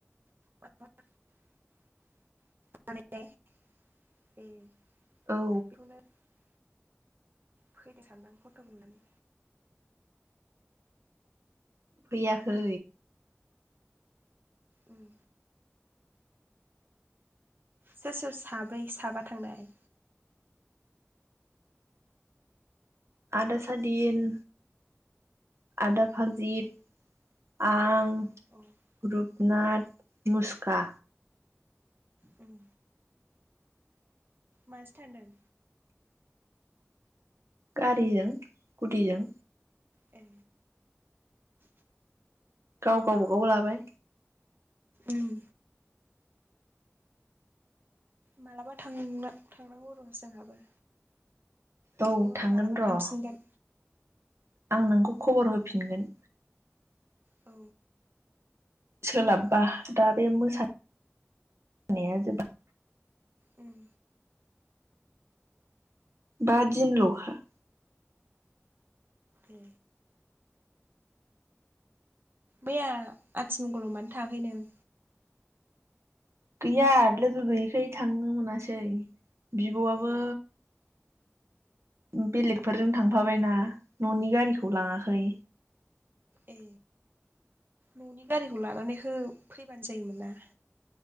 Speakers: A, on the right; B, on the right.
A: <unintelligible> <unintelligible>
B: औ
A: फैदो सानदां फट नुनानै
B: फैयाखै
A: उम सोर सोर साब्रै साबा थांनाय
B: आदा सादिन आदा भाजित आं
A: अ
B: रुपनाथ मुसुखा
A: उम माजो थांदों?
B: गारिजों सकुटिजों
A: ए
B: गावगा बागाव लाबाय
A: ओम मालाबा थांनो थांनांगौ र' जोंहाबो
B: औ
A: ज'नो
B: थांगोन
A: मालाबा
B: र'
A: थांफिनगोन
B: आं नोंखौ खबर होफिनगोन
A: औ
B: सोलाबबा दा बे मोसा नाया जोब्बा
A: उम
B: बा दिन लखा
A: ए मैया आथिमंगलाव मानो थाङाखै नों?
B: गैया लोगो गैयिखाय थांनो मोनासै बिब'आबो
A: ए
B: बेलेगफोरजों थांफाबायना न'नि गारिखौ लाङाखै
A: ए न'नि गारिखौ लानानै हो फैबानो जायोमोन ना